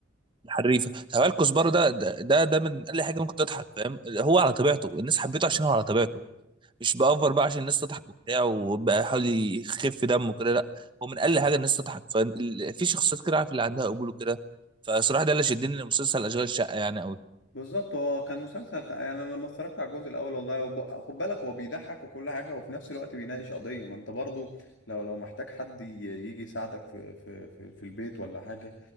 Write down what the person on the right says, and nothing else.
الحريفه تعال كزبره ده ده ده, ده من اقل حاجه ممكن تضحك فاهم هو على طبيعته الناس حبيته عشان هو على طبيعته مش بأفر بقى عشان الناس تضحك وبتاع وبقى حاول يخف دمه كده لا هو من اقل حاجه الناس تضحك ففي شخصيات كده عارف اللي عندها قبول وكده فصراحه ده اللي شدني لمسلسل اشغال شقه يعني قوي